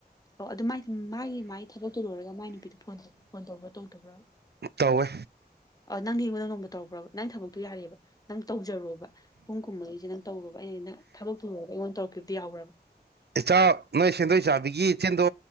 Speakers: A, on the left; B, on the right.
A: ꯑꯣ ꯑꯗꯨꯥꯏ ꯃꯥꯒꯤ ꯃꯥꯒꯤ ꯊꯕꯛꯇꯣ ꯂꯣꯏꯔꯒ ꯃꯥꯏ ꯅꯨꯄꯤꯗꯨꯣꯣꯟ ꯐꯣꯟ ꯇꯧꯕ꯭ꯔꯥ ꯇꯧꯗꯕ꯭ꯔꯥ
B: ꯇꯧꯋꯦ
A: ꯅꯪꯗꯤ ꯑꯩꯉꯣꯟ ꯅꯣꯡꯃꯗ ꯇꯧꯔꯛꯄ꯭ꯔꯕ ꯅꯪ ꯊꯕꯛꯇꯣ ꯌꯥꯔꯦꯕ ꯅꯪ ꯇꯧꯖꯔꯣꯕ ꯄꯨꯡ ꯀꯨꯝꯃꯩꯁꯦ ꯅꯪ ꯇꯧꯕꯕ ꯑꯩꯅ ꯊꯕꯛ ꯊꯨꯉꯒ ꯑꯩꯉꯣꯟ ꯇꯧꯔꯛꯈꯤꯕꯗꯨꯗꯤ ꯌꯥꯎꯕ꯭ꯔꯕ
B: ꯏꯆꯥ ꯅꯣꯏ ꯁꯦꯟꯗꯣꯏ ꯆꯥꯕꯤꯒꯤ ꯏꯆꯦꯟꯗꯣ